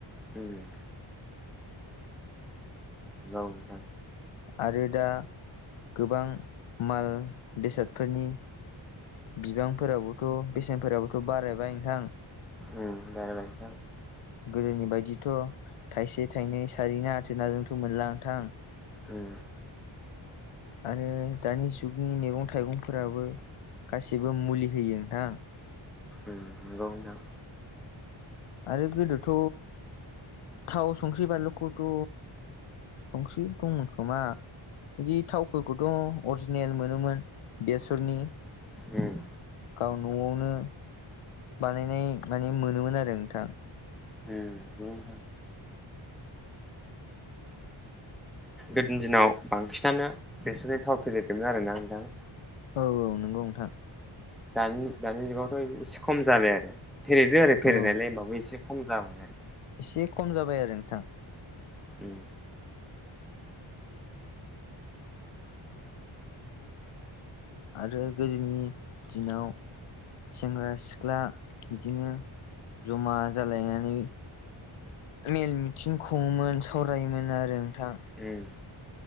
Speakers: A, in the centre; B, on the left.
A: उम। औ नोंथां।
B: आरो दा गोबां माल बेसादफोरनि बिबांफोराबोथ' बेसेनफोराबोथ' बारायबाय नोंथां।
A: उम बा <unintelligible>
B: गोदोनि बायदिथ' थाइसे थाइनै सारैना आथोनाजोंथ' मोनला‌ नोंथां।
A: उम।
B: आरो दानि जुगनि मैगं थाइगंफोराबो गासिबो मुलि होयो नोंथां।
A: उम नंगौ नोंथां।
B: आरो गोदोथ' थाव संख्रि बानलुखौथ' संख्रि दंमोन खोमा। बिदि थावफोरखौथ' अरजिनेल मोनोमोन बेसरनि।
A: उम
B: गाव न'आवनो बानायनाय माने मोनोमोन आरो नोंथां।
A: उम <unintelligible> गोदोनि दिनाव बांसिनानो बेसरनि थाव फेरेददोंमोन आरोना नोंथां।
B: औ औ नंगौ नोंथां।
A: दानि दानि जुगावथ' एसे खम जाबाय आरो फेरेदो आरो फेरेनायलाय
B: औ
A: होमबाबो एसे खम जाबाय आरो।
B: एसे खम जाबाय आरो नोंथां।
A: उम।
B: आरो गोदोनि दिनाव सेंग्रा सिख्ला बिदिनो जमा जालायनानै मेल मिथिं खङोमोन सावरायोमोन आरो नोंथां।
A: उम